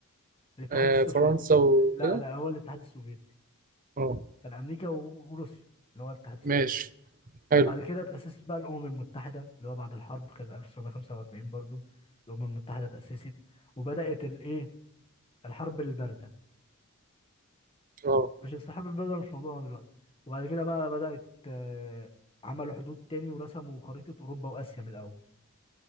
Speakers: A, on the left; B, on the right.
A: الاتحاد
B: آه
A: السوفيتي
B: فرنسا وكده
A: لا لا هو الاتحاد السوفيتي
B: اه
A: كان امريكا و- وروسيا اللي هو الاتحاد السوفيتي
B: ماشي حلو
A: وبعد كده اتأسست بقى الأمم المتحدة اللي هو بعد الحرب كان 1945 برضو الأمم المتحدة اتأسست وبدأت الايه الحرب البارده
B: اه
A: ماشي بس الحرب البارده مش موضوعنا دلوقتي وبعد كده بقى بدات آه، عملوا حدود تاني ورسموا خريطه اوروبا واسيا من الاول